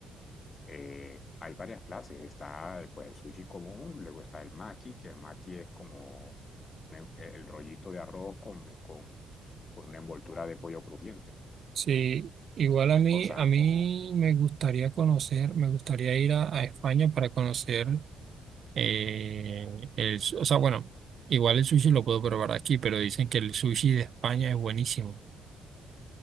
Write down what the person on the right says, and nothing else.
Sí, igual a mí,
a mí me gustaría conocer,
me gustaría ir a, a España para conocer. Eh, el, su- o sea, bueno, igual el sushi lo puedo probar aquí, pero dicen que el sushi de España es buenísimo.